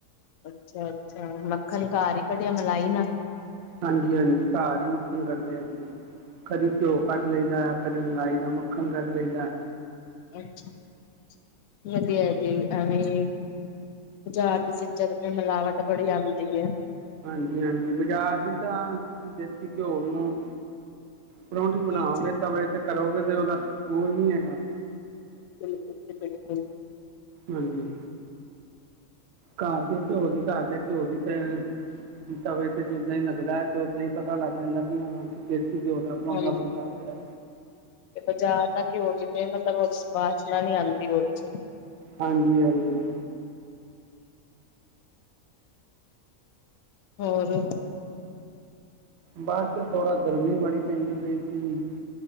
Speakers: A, on the left; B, on the right.
A: ਅੱਛਾ- ਅੱਛਾ ਮੱਖਣ ਘਰ ਈ ਕਢੀੱਆ ਮਲਾਈ ਨਾ,
B: ਹਾਂਜੀ- ਹਾਂਜੀ ਘਾਰ ਈ ਮੱਖਣ ਕੱਢਦੇ ਅਸੀਂ। ਕਦੀ ਘਿਓ ਕੱਢ ਲਈਦਾ, ਕਦੀ ਮਲਾਈ ਦਾ ਮੱਖਣ ਕੱਢ ਲਈਦਾ।
A: ਅੱਛਾ-ਅੱਛਾ ਵਧੀਆ ਜੀ ਐਵੇ ਬਜਾਰ ਦੀਆ ਚੀਜ਼ਾਂ ਤੇ ਮਿਲਾਵਟ ਬੜੀ ਆਂਦੀ ਏ।
B: ਹਾਂਜੀ- ਹਾਂਜੀ ਬਾਜ਼ਾਰ ਦੀ ਤਾਂ ਤੁਸੀਂ ਦੇਸੀ ਘਿਓ ਨੂੰ ਪ੍ਰੋਂਠੀ ਬਣਾਓਗੇ
A: ਹਾਂਜੀ,
B: ਤਵੇ ਤੇ ਤਲੋਗੇ ਤੇ ਓਹਦਾ ਬੋਝ ਨੀ ਹੈਗਾ,
A: ਚ <inaudible>
B: ਹਾਂਜੀ, ਘਰ ਦੇ ਘਿਓ ਦੀ, ਘਰ ਦੇ ਘਿਓ ਦੀ ਤੇ ਤਵੇ ਤੇ ਜਿੱਦਾਂ ਈ ਲੱਗਦਾ ਆ, ਤੇ ਫੇਰ ਓਦਾਂ ਈ ਪਤਾ ਲੱਗ ਜਾਂਦਾ, ਕਿ ਹਾਂ ਕਿ ਦੇਸੀ ਘਿਓ ਦਾ ਪਰੌਂਠਾ
A: ਹਾਂਜੀ।
B: ਬਣਦਾ ਪਿਆ
A: ਬਜ਼ਾਰ ਦਾ ਘਿਓ ਤਾਂ ਕਿ ਹੋਰ ਕਿਥੇ ਮਤਲਬ ਵਾਸ਼ਨਾ ਨੀ ਆਉਂਦੀ ਔ ਚ
B: ਹਾਂਜੀ-ਹਾਂਜੀ।
A: ਹੋਰ!
B: ਬਸ ਥੋੜਾ ਗਰਮੀ ਬੜੀ ਪੈਂਦੀ ਪਈ ਸੀ।